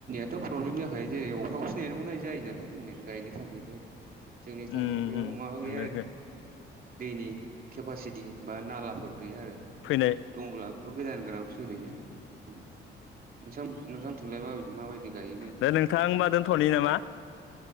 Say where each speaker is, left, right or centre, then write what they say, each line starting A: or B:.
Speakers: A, on the right (about 45°); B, on the left (about 85°).
A: थ' प्रब्लेम जाखायो जेरै अखाखौसो नायनांगौ नाय जायो नालाय जोंनि गायनो थाखायबो। जोंनि
B: नंगौ
A: थाखाय बेयाव माबा गैया
B: नंगौ
A: आरो दैनि केपासिटि बा नालाफोर गैया आरो
B: फैनाय
A: दंब्लाबो गोजान गोनावसो ओरैनो नोंथां। नोंथांथिंलाय माब माबायदि गायो माइलाय।
B: दा नोंथां होमबा दोनथ'नि नामा